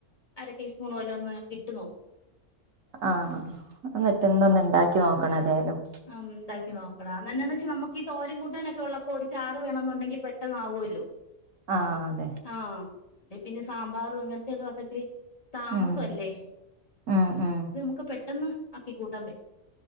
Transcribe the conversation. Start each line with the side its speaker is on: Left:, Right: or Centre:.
Left: അര ടീസ്പൂൺ വരെ ഒന്ന് ഇട്ട് നോക്കും.
Right: ആഹ് ഇന്ന്ട്ട് ഇന്നൊന്നു ഉണ്ടാക്കി ഒന്ന് ഉണ്ടാക്കി നോക്കണം ഏതായാലും.
Left: ആ ണ്ടാക്കി നോക്കടാ അ എന്ന എന്താ വച്ചാൽ നമുക്ക് തോരൻ കൂട്ടാനൊക്കെ ഉള്ളപ്പോ ഒരു ചാറ് വേണം എന്നുണ്ടെങ്കിൽ പെട്ടന്നാവകുമല്ലോ
Right: ആഹ അതെ.
Left: ആഹ് പിന്നെ സാമ്പാർ അങ്ങനത്തെക്കെ വെക്ക ഇത്തിരി താമസം
Right: ഉം
Left: അല്ലേ
Right: ഉം ഉം
Left: ഇത് നമുക്ക് പെട്ടെന്ന് ആക്കി കൂട്ടാൻ പറ്റും